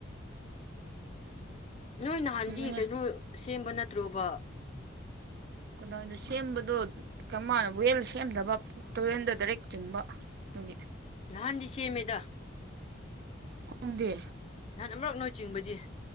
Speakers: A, on the left; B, on the right.
A: ꯅꯣꯏ ꯅꯍꯥꯟꯗꯤ
B: ꯑꯗꯨꯅꯦ
A: ꯀꯩꯅꯣ ꯁꯦꯝꯕ ꯅꯠꯇ꯭ꯔꯣꯕ
B: ꯀꯗꯥꯗ ꯁꯦꯝꯕꯗꯣ ꯀꯃꯥꯢꯅ ꯋꯦꯜ ꯁꯦꯝꯅꯕ ꯇꯨꯔꯦꯜꯗ ꯗꯥꯏꯔꯦꯛ ꯆꯤꯡꯕ ꯒꯤ
A: ꯅꯍꯥꯟꯗꯤ ꯁꯦꯝꯃꯦꯗ
B: ꯈꯣꯡꯗꯦ
A: ꯅꯍꯥꯟ ꯑꯃꯔꯛ ꯅꯣꯏ ꯆꯤꯡꯕꯗꯤ